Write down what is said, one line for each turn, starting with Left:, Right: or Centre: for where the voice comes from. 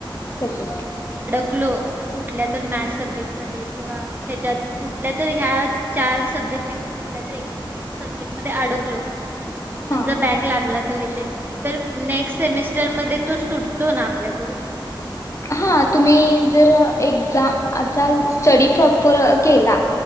Left: सब्जेक्ट
Right: लो कुठल्या तर मॅथ्स सब्जेक्ट मध्ये किंवा, ह्याच्यात कुठल्या तर ह्या चार सब्जेक्ट पैकी कुठल्या तर एक सबजेक्ट मध्ये अडकलो.
Left: हां
Right: समजा बॅक लागला तो विषय तर नेक्स्ट सेमीस्टर मध्ये तो सुटतो ना आपल्याकडून
Left: हा तुम्ही जर एक्झाम, आचा स्टडी प्रॉपर अ केला.